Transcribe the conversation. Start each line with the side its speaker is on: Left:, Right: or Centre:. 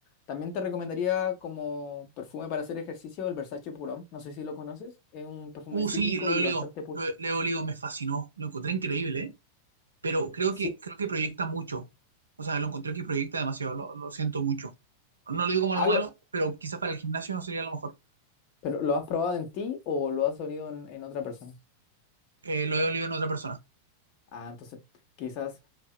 Left: también te recomendaría como perfume para hacer ejercicio el Versace Purón. No sé si lo conoces. Es un perfume
Right: Uh,
Left: cítrico
Right: sí, Leo
Left: y
Right: Leo,
Left: bastante... pu-
Right: Leo Leo me fascinó, lo encontré increíble, ¿eh? Pero creo
Left: Sí.
Right: que, creo que proyecta mucho, o sea, lo encontré que proyecta demasiado, lo, lo siento mucho. No lo digo como
Left: Ah,
Right: algo malo,
Left: lo-
Right: pero quizás para el gimnasio no sería lo mejor.
Left: ¿pero lo has probado en ti o lo has olido en en otra persona?
Right: que lo he olido en otra persona.
Left: Ah, entonces quizás